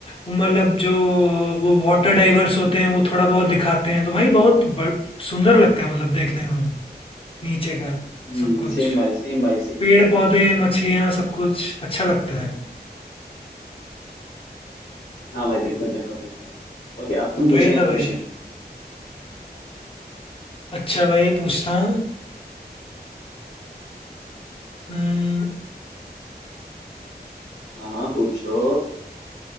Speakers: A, on the left; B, on the left.
A: मतलब जो वो वाटर डाइवर्स होते हैं वो थोड़ा बहुत दिखाते हैं तो भाई बहुत ब- सुंदर लगता है मतलब देखने में नीचे का
B: हम्म
A: सब कुछ
B: सेम भाई सेम भाई सेम
A: पेड़ पौधे मछलियां सब कुछ अच्छा लगता है
B: हाँ भाई बिल्कुल बिल्कुल बिल्कुल ओके अब तुम पूछो
A: वही
B: नेक्स्ट
A: तो
B: क्वेश्चन
A: भाई अच्छा भाई पूछता हूँ हम्म,
B: हाँ हाँ पूछो